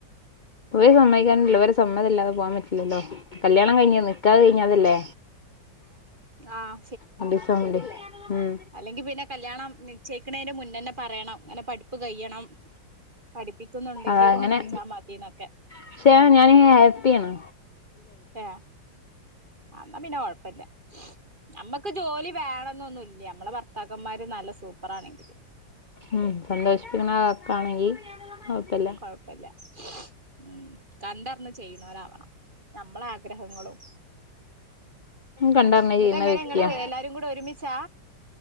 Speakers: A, on the left (about 40°); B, on the right (about 25°).
A: ഇവര് സമ്മതിക്കാനയൊന്നുമില്ല ഓരെ സമ്മതമില്ലാതെ പോവാൻ പറ്റില്ലല്ലോ കല്യാണം കഴിഞ്ഞന്ന്. നിക്കാഹ് കഴിഞ്ഞ അതെല്ലേ,
B: ആഹ്
A: രണ്ട് ദിവസയേണ്ട ഉം.
B: അല്ലെങ്കിൽ പിന്നെ കല്യാണം നിശ്ചയിക്കേണിൻ്റെ മുന്നേ തന്നെ പറയണം, ഇങ്ങനെ പഠിപ്പ് കഴിയണം. പഠിപ്പിക്കുന്നുണ്ടെങ്കിൽ
A: അത അങ്ങനെ
B: ഉറപ്പിച്ചാൽ മതിയെന്നൊക്കെ.
A: പക്ഷെ ഞാനേ ഹാപ്പി ആണ്.
B: ഏഹ് അന്നാ പിന്നെ കൊഴപ്പമില്ല. നമ്മക്ക് ജോലി വേണമെന്നൊന്നുമില്ല്യ ഞമ്മടെ ഭർത്താക്കന്മാര് നല്ല സൂപ്പറാണെങ്കിൽ.
A: ഉം സന്തോഷിപ്പിക്കണേ വാക്കാണെങ്കിൽ കൊഴപ്പമില്ല.
B: കൊഴപ്പമില്ല ഉം കണ്ടറിഞ്ഞ് ചെയ്യുന്നവർ ആവണം. നമ്മളാ ആഗ്രഹങ്ങളും.
A: കണ്ടറിഞ്ഞ്
B: എന്നിട്ട്
A: ചെയ്യുന്ന
B: എങ്ങനെ
A: വ്യക്തിയാ
B: നിങ്ങള് എല്ലാരും കൂടെ ഒരുമിച്ചാ?